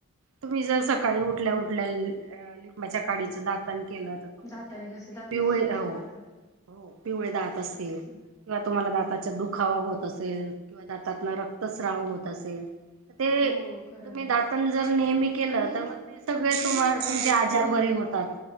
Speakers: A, on the right; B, on the left.
A: तुम्ही जर सकाळी उठल्या उठल्या अ लिंबाच्या काडीचं दातान केलं तर तुमच्या
B: दाताने कसे दात
A: पिवळे
B: किती स्वच्छ
A: हो
B: राहतात.
A: पिवळे दात असतील
B: तेच
A: किंवा
B: तर
A: तुम्हाला दात चा दुखावा होत असेल किंवा दातातला रक्तस्राव होत असेल तर ते
B: हो खरं
A: तुम्ही
B: आहे
A: दातन जर नेहमी केलं
B: आणि
A: तर मग ते सगळे
B: ती
A: तुम्हा तुमचे
B: अ
A: आजार
B: गोळी
A: बरे होतात